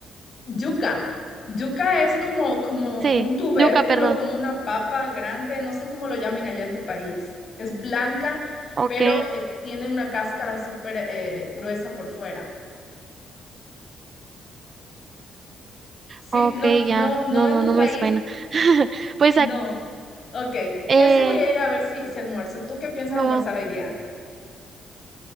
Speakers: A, on the left; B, on the right.
A: Yuca. Yuca es como, como
B: Sí.
A: un tubérculo,
B: Yuca, perdón.
A: como una papa grande, no sé cómo lo llamen allá en tu país. Es blanca,
B: Ok.
A: pero eh, tiene una cáscara súper eh, gruesa por fuera. Sí,
B: Ok,
A: no, no,
B: ya,
A: no
B: no,
A: en
B: no,
A: tu
B: no
A: país,
B: me suena. <laughs> Pues,
A: no.
B: ac-
A: Ok,
B: eh,
A: eso voy a ir a ver si, si almuerzo. ¿Tú qué piensas
B: no,
A: almorzar hoy día?